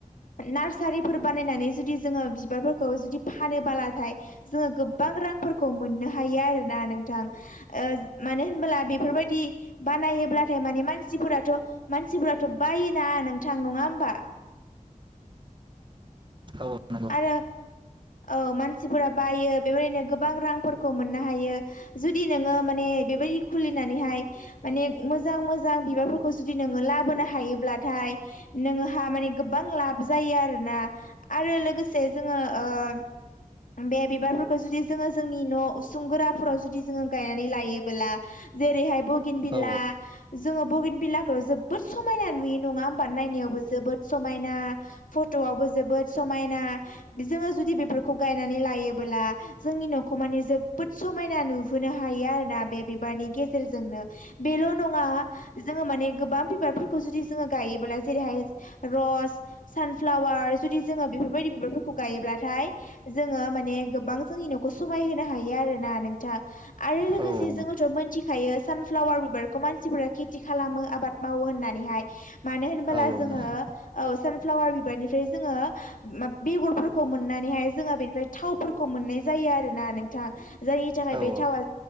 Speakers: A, on the left (about 70°); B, on the right (about 35°).
A: नार्सारिफोर बानायनानै जुदि जोङो बिबारफोरखौ जुदि फानोबलाथाय जोङो गोबां। रांफोरखौ मोननो हायो आरोना नोंथां ओ मानो होन बेफोरबायदि बा नायोब्ला थाय माने मानसिफोराथ मानसिफोराथ' बायोना नोंथां नङा होमबा?
B: औ नंगौ।
A: आरो औ मानसिफोरा बायो बेबायदिनो गोबां रांफोरखौ मोननो हायो जुदि नोङो माने। बेबायदि खुलिनानै माने मोजां मोजां बिबारफोरखौ नों जुदि लाबोनो हायोब्ला थाइ नोंहा माने गोबां लाब जायो आरोना आरो लोगोसे जोङो। द <unintelligible> बे बिबारफोरखौ जुदि जोङो जोंनि न' उसुंगोराफोराव जुदि जोङ गायनानै लायोबोला जेरैहाय। बगेन भेलिया
B: औ
A: जोङो बगेन भेलियाखौ जोबोद समायना नुयो नङा होमबा नायनायावबो जोबोद समायना फट'वबो जोबोद समायना। दि जुदि बेफोरखौ गायनानै लायोला जोंनि न'खौ मानि जोबोद समायना नुहोनो हायो आरोना। बे बिबारनि गेजेरजोंनो बेल' नङा जोङो माने गोबां बिबारफोरखौ जुदि जो गायो जेरैहाय रस सानफ्लावार जुदि जोङो। बेफोरबायदि बिबारफोरखौ गायोब्ला नाथाय जोङो माने गोबां जोंनि न'खौ समाय होनो हायो आरोना नोंथां आरो लोगोसे।
B: औ औ
A: जोंङोथ' मिथिखायो सानफ्लावार बिबारखौ मानसिफोरा खेथि खालामो आबाद मावो होननानैहाय मानो होनोबला
B: औ
A: जोङो
B: नंगौ औ नंगौ
A: औ सानफ्लावार बिबारनिफ्राय जोङो बेगरफोरखौ खौ मोननानैहाय जोङो बेनिफ्राय थावफोरखौ मोननाय जायो आरो ना नोंथां जायनि थाखाय
B: औ
A: बे थावा।